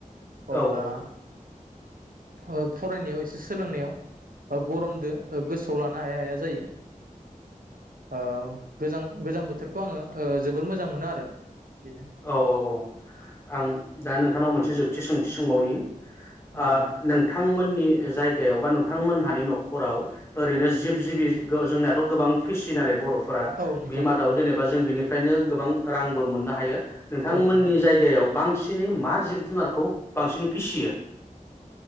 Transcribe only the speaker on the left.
औ
औ-औ-औ आं दा नोंथांनाव मोनसे सों थि-सोंथि सोंबावनि।
ओ
नोंथांमोननि जायगायाव बा नोंथांमोनहानि न'खराव ओरैनो जिब-जिबि गो-जोंनाथ' गोबां फिसियो नालाय बर' फोरा
बि मादाव
जेनेबा जों बिनि फ्रायनो गोबां रांबो मोननो हायो। नोंथांमोननि
जायगायाव बांसिनै मा जिब जुनारखौ बांसिनै फिसियो